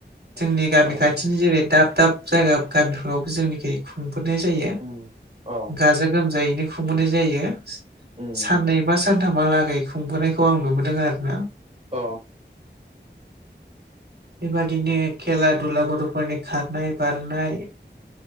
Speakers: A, on the right; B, on the right.
A: जोंनि गामि
B: अ
A: खा थिनि जेरै दाब दाब जायगा गामिफोरावबो जोंनिखै खुंफोरनाय जायो।
B: उम औ।
A: गाजा गोमजायैनो खुंबोनाय जायो
B: उम
A: साननै एबा सानथामहालागै खुंबोनायखौ आं नुबोदों आरो ना।
B: अ।
A: बेबादिनो खेला दुला गथ'फोरनि खारनाय, बारनाय,